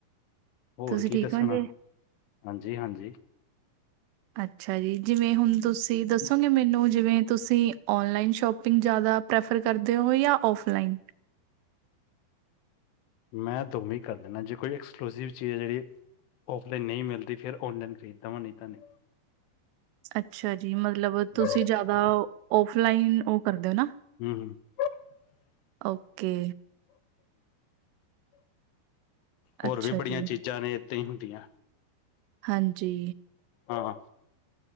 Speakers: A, on the left; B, on the right.
A: ਹੋਰ
B: ਤੁਸੀਂ
A: ਕੀ
B: ਠੀਕ
A: ਦੱਸਣਾ
B: ਹੋ ਜੀ?
A: ਹਾਂਜੀ ਹਾਂਜੀ
B: ਅੱਛਾ ਜੀ ਜਿਵੇਂ ਹੁਣ ਤੁਸੀਂ ਦੱਸੋਗੇ ਮੈਨੂੰ ਜਿਵੇਂ ਤੁਸੀਂ ਔਨਲਾਈਨ ਸ਼ੋਪਿੰਗ ਜ਼ਿਆਦਾ ਪ੍ਰੈਫਰ ਕਰਦੇ ਹੋ ਏ ਜਾਂ ਔਫਲਾਈਨ
A: ਮੈਂ ਦੋਵੇਂ ਕਰ ਦਿੰਦਾ ਜੇ ਕੋਈ ਐਕਸਕਲੂਸਿਵ ਚੀਜ਼ ਹੈ ਜਿਹੜੀ ਔਫਲਾਈਨ ਨਹੀਂ ਮਿਲਦੀ ਫਿਰ ਔਨਲਾਈਨ ਖਰੀਦਦਾ ਵਾਂ ਨਹੀਂ ਤਾਂ ਨਈ
B: ਅੱਛਾ ਜੀ ਮਤਲਬ
A: ਨਹੀਂ
B: ਤੁਸੀਂ ਜਿਆਦਾ ਓਫਲਾਈਨ ਉਹ ਕਰਦੇ ਹੋ ਨਾ
A: ਹ <unintelligible>
B: ਓਕੇ
A: ਹੋਰ
B: ਅੱਛਾ
A: ਵੀ ਬੜੀਆਂ
B: ਜੀ
A: ਚੀਜ਼ਾਂ ਨੇ ਏਦਾਂ ਈ ਹੁੰਦੀਆਂ
B: ਹਾਂਜੀ
A: ਹਾਂ